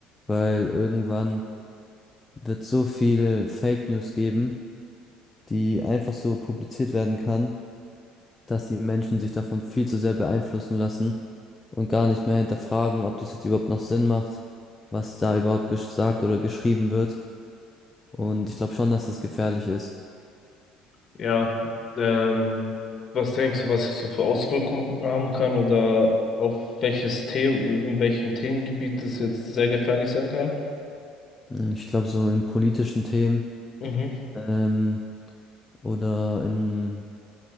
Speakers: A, on the left (about 20°); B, on the left (about 40°).
A: weil irgendwann wird so viel Fake News geben, die einfach so publiziert werden kann, dass die Menschen sich davon viel zu sehr beeinflussen lassen und gar nicht mehr hinterfragen, ob das jetzt überhaupt noch Sinn macht, was da überhaupt gesagt oder geschrieben wird. Und ich glaube schon, dass das gefährlich ist.
B: Ja, ähm, was denkst du, was es so für Auswirkungen haben kann oder auf welches Thema, in welchem Themengebiet es jetzt sehr gefährlich sein kann?
A: Hm, Ich glaube, so in politischen Themen,
B: Mhm.
A: ähm, Oder in,